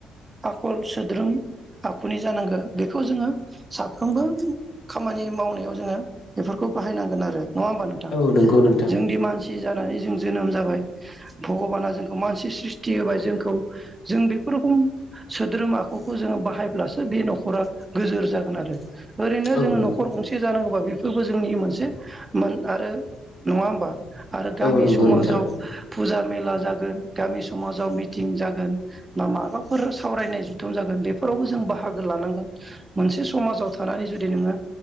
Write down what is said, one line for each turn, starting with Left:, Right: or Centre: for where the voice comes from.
Right: आखल सोद्रोम आखुनि जानांगो बेखौ जोङो साफ्रोमबो खामानि मावनायाव जोङो बेफोरखौ बाहखयनांगोन आरो नङा हबा नोंथां।
Left: औ नंगौ नोंथां
Right: जोंदि मानसि जानानै जों जोनोम जाबाय भगबाना जोंखौ मानसि स्रिस्थि होबाय जोंखौ जों बेफोर रोखम सोद्रोम आखुखौ जोङो बाहायब्लासो बे नख'रा गोजोर जागोन आरो। ओरैनो
Left: औ
Right: जोङो
Left: नंगौ
Right: नख'र गंसे जानांगौबा बेफोरबो जोंनि मोनसे मोन आरो नङा होमबा। आरो गामि
Left: औ नंगौ
Right: समाजाव
Left: नोंथां
Right: फुजा मेला जागोन गामि समाजाव मिटिं जागोन बा माबाफोर सावरायनाय जुथुम जागोन बेफोरावबो जों बाहागो लानांगोन। मोनसे समाजाव थानानै जुदि नोङो